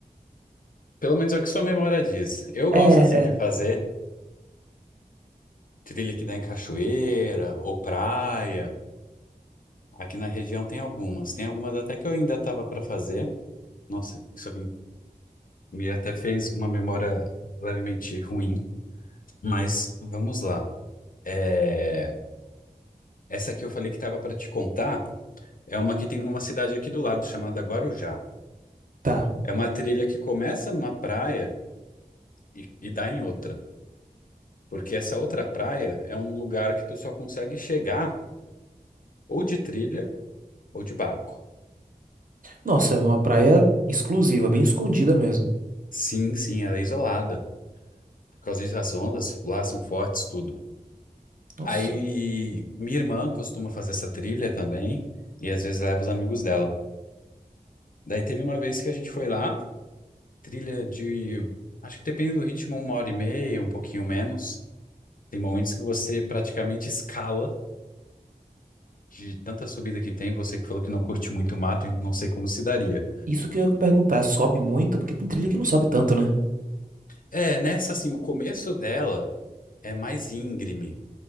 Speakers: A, on the left; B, on the right.
A: pelo menos é o que sua memória diz. Eu gosto
B: É,
A: assim
B: é.
A: de fazer. Trilha que dá em cachoeira ou praia. Aqui na região tem algumas. Tem algumas até que eu ainda estava para fazer. Nossa, isso aqui me até fez uma memória levemente ruim. Mas vamos lá. É, Essa que eu falei que estava para te contar é uma que tem numa cidade aqui do lado chamada Guarujá.
B: Tá.
A: É uma trilha que começa numa praia e, e dá em outra. Porque essa outra praia é um lugar que tu só consegue chegar ou de trilha ou de barco.
B: Nossa, é uma praia exclusiva, bem escondida mesmo.
A: Sim, sim, ela é isolada. Por causa disso, as ondas lá são fortes, tudo.
B: Nossa,
A: Aí minha irmã costuma fazer essa trilha também, e às vezes leva os amigos dela. Daí teve uma vez que a gente foi lá, trilha de, acho que depende do ritmo, uma hora e meia, um pouquinho menos. Tem momentos que você praticamente escala de tanta subida que tem. Você que falou que não curte muito mato, não sei como se daria.
B: isso que eu ia perguntar, sobe muito? Porque tem trilha que não sobe tanto, né?
A: É, nessa assim, o começo dela é mais íngreme.